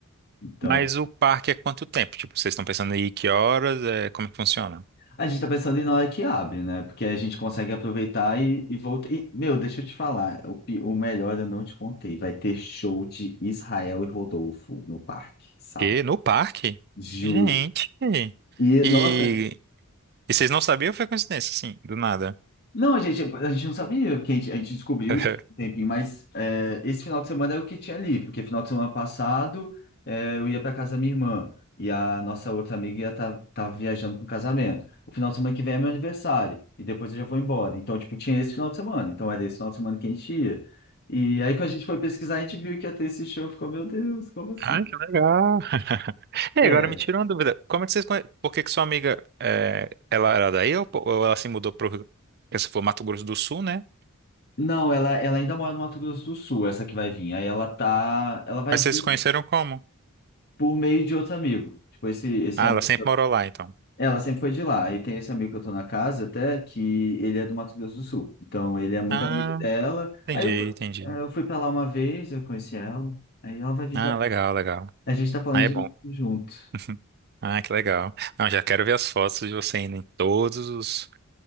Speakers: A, on the left (about 50°); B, on the right (about 45°).
A: Então,
B: Mas o parque é quanto tempo? Tipo, vocês estão pensando aí que horas, é, como é que funciona?
A: A gente tá pensando em na hora que abre, né? Porque a gente consegue aproveitar e, e voltar. E, meu, deixa eu te falar, o, pi- o melhor eu não te contei. Vai ter show de Israel e Rodolfo no parque, sábado.
B: E no parque?
A: Juro.
B: Gente.
A: E,
B: E,
A: nossa,
B: e vocês não sabiam ou foi coincidência, assim, do nada?
A: Não, a gente, a gente não sabia, porque a gente, a gente descobriu
B: <laughs>
A: já há um tempinho, mas é, esse final de semana é o que tinha livre, porque final de semana passado é, eu ia para casa da minha irmã e a nossa outra amiga ia estar viajando para o casamento. O final de semana que vem é meu aniversário e depois eu já vou embora. Então, tipo, tinha esse final de semana, então era esse final de semana que a gente ia. E aí, quando a gente foi pesquisar, a gente viu que ia ter esse show, ficou, meu Deus, como assim?
B: Ah, que legal. E
A: É,
B: agora me tira uma dúvida. Como é que vocês conhe... Por que que sua amiga, é, ela era daí ou, po- ou ela se mudou para se for Mato Grosso do Sul, né?
A: não, ela, ela ainda mora no Mato Grosso do Sul, essa que vai vir. Aí ela tá, ela vai
B: Mas
A: vir.
B: vocês se conheceram como?
A: por meio de outro amigo. Tipo, esse, esse
B: Ah,
A: amigo.
B: ela sempre morou lá, então.
A: Ela sempre foi de lá. E tem esse amigo que eu tô na casa até, que ele é do Mato Grosso do Sul. Então, ele é muito
B: Ah,
A: amigo dela.
B: É,
A: Aí
B: entendi,
A: eu fui,
B: entendi.
A: é, eu fui pra lá uma vez, eu conheci ela. Aí ela vai vir
B: Ah,
A: pra cá.
B: legal, legal.
A: A gente tá planejando
B: Ah, é bom.
A: junto.
B: <laughs> Ah, que legal. Não, já quero ver as fotos de você indo em todos os,